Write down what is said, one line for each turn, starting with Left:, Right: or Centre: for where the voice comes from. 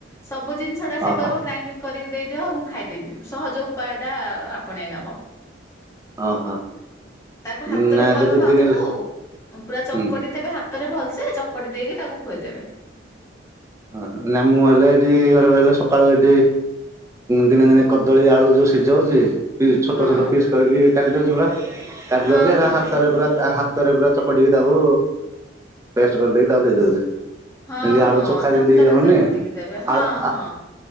Left: ସବୁ ଜିନିଷ ଶ ଟା ସେ
Right: ଓହୋ
Left: କହିବ ଗ୍ରାଇଡିଙ୍ଗ କରିକି ଦେଇଦିଅ, ମୁଁ ଖାଇଦେବି ସହଜ ଉପାୟ ଟା ଆପଣେଇ ନବ।
Right: ଓହୋ।
Left: ତାକୁ
Right: ନା
Left: ହାତରେ
Right: ଏବେ
Left: କହିବ
Right: ଦି
Left: ଭାଉଜଙ୍କୁ
Right: ଦିନ ହେଲା
Left: ଉ ପୁରା ଚକଟି
Right: ହୁଁ
Left: ଦେବେ ହାତ ତ ରେ ଭଲସେ ଚକଟି ଦେଇକି ତାକୁ ଖୁଆଇଦେବେ।
Right: ଅ ହ ନାଇ ମୁଁ ହେଲେ ଏଠି ଘରେ ରହଲେ ସକାଳୁ ଏଠି ଦିନେ ଦିନେ କଦଳୀ ଆଳୁ ଯୋଉ ସିଝଉଚି ପିସ୍ ଛୋଟ
Left: ହଁ
Right: ଛୋଟ ପିସ୍ କରିକି କାଟିଦଉଚି ପୁରା। କାଟିଦଉଚି
Left: ହଁ
Right: ଏରା
Left: ହଁ
Right: ହାତରେ ପୁରା ହାତରେ ପୁରା ଚପଟିକି ତାଙ୍କୁ ଫେଷ୍ଟ କରିଦେଇକି ତାକୁ ଦେଇଦଉଚି।
Left: ହଁ
Right: ଏମତି ଆଳୁ
Left: ହଁ
Right: ଚୋଖା
Left: ହାତରେ
Right: ଯେମିତି ହଉନି
Left: ଚକଟିକି ଦେବେ ହଁ
Right: ଆ- ଆଳୁ
Left: ହଁ